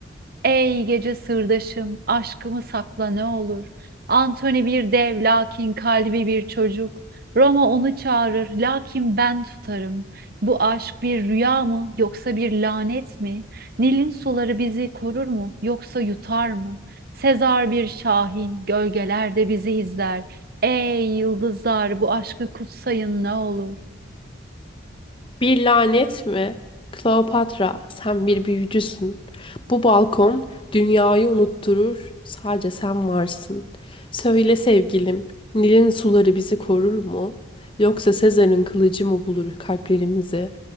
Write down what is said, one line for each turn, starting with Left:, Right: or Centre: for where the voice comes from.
Right: Ey gece sırdaşım, aşkımı sakla ne olur. Antoni bir dev, lakin kalbi bir çocuk. Roma onu çağırır, lakin ben tutarım. Bu aşk bir rüya mı, yoksa bir lanet mi? Nil'in suları bizi korur mu, yoksa yutar mı? Sezar bir şahin, gölgelerde bizi izler. Ey yıldızlar, bu aşkı kutsayın ne olur.
Left: Bir lanet mi? Kleopatra, sen bir büyücüsün. Bu balkon dünyayı unutturur. Sadece sen varsın. Söyle sevgilim, Nil'in suları bizi korur mu? Yoksa Sezar'ın kılıcı mı bulur kalplerimizi?